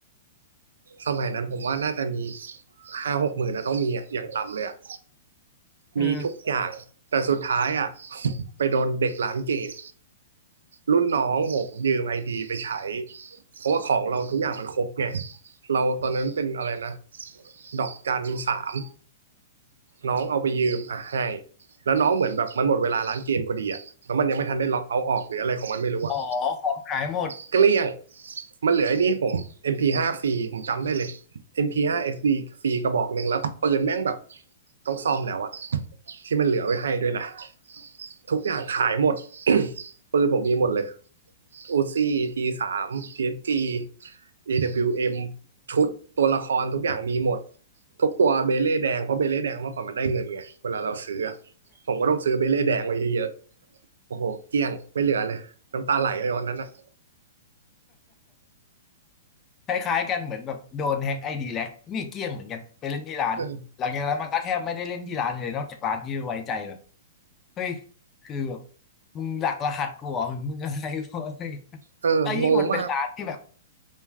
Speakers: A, on the right; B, on the left.
A: สมัยนั้นผมว่าน่าจะมีห้าหกหมื่นนะต้องมีอ่ะอย่างต่ำเลยอ่ะ
B: เออ
A: มีทุกอย่างแต่สุดท้ายอ่ะไปโดนเด็กร้านเกมรุ่นน้องผมยืมไอดีไปใช้เพราะว่าของเราทุกอย่างมันครบไงเราตอนนั้นเป็นอะไรนะดอกจันสาม น้องเอาไปยืมอ่ะให้ แล้วน้องเหมือนแบบมันหมดเวลาร้านเกมพอดีอะแล้วมันยังไม่ทันได้ล็อกเอาออกหรืออะไรของมันไม่รู้อะ
B: อ๋อ ของหายหมด
A: เกลี้ยง มันเหลือไอ้นี่้ผม MP5 ฟว์ฟรีผมจำได้เลย MP5 SD ฟว์เอสดีฟรีกระบอกหนึ่งแล้วปืนแม่งแบบต้องซ่อมแล้วอะที่มันเหลือไว้ให้ด้วยนะทุกอย่างขายหมด <coughs> ปืนผมมีหมดเลย UC T3 TSG AWM ชุดตัวละครทุกอย่างมีหมดทุกตัวเบเล่แดงเพราะเบเล่แดงเมื่อก่อนมันได้เงินไงเวลาเราซื้อผมก็ต้องซื้อเบเล่แดงไว้เยอะๆโอ้โหเกลี้ยงไม่เหลือเลยน้ำตาไหลเลยวันนั้นอะ
B: คล้ายๆกันเหมือนแบบโดนแฮ็กไอดีแล็กนี่เกลี้ยงเหมือนกันไปเล่นที่ร้านหลังจากนั้นมันก็แทบไม่ได้เล่นที่ร้านเลยนอกจากร้านที่ไว้ใจแบบ
A: เออ
B: เฮ้ยคือแบบมึงหลักรหัสกูเหรอมึงอะไรพวกอะไร
A: เออ
B: ไอ้ยิ่งมันเป็นร้านที่แบบ
A: งงมาก